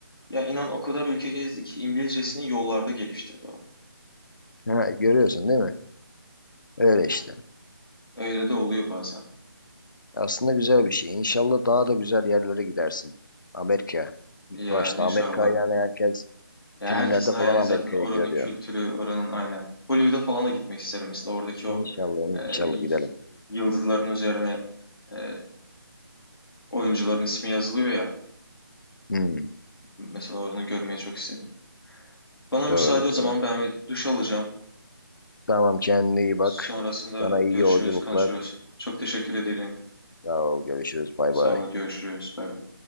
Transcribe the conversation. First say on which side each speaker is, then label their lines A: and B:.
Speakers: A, on the left; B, on the left.
A: Ya inan o kadar ülke gezdi ki İngilizcesini yollarda geliştirdi o.
B: Ha, görüyorsun değil mi? Öyle
A: Ya
B: işte.
A: öyle de oluyor bazen.
B: Aslında güzel bir şey. İnşallah daha da güzel yerlere gidersin. Amerika.
A: Ya
B: İlk başta
A: inşallah.
B: Amerika yani herkes
A: Ya
B: filmlerde
A: herkesin hayali
B: falan Amerika'yı
A: zaten oranın
B: görüyor.
A: kültürü, oranın aynen. Hollywood'a falan da gitmek isterim mesela oradaki
B: İnşallah
A: o e,
B: inşallah gidelim.
A: yıldızların üzerine e, oyuncuların ismi yazılıyor ya.
B: Hmm,
A: Mesela onu görmeyi çok isterim. Bana müsaade
B: doğru
A: o zaman
B: doğru.
A: ben bir duş alacağım.
B: Tamam kendine iyi bak.
A: Sonrasında
B: Sana
A: görüşürüz,
B: iyi yolculuklar.
A: konuşuruz. Çok teşekkür ederim.
B: Sağ ol. Görüşürüz. Bay
A: Sağ
B: bay.
A: ol, görüşürüz. Bay bay.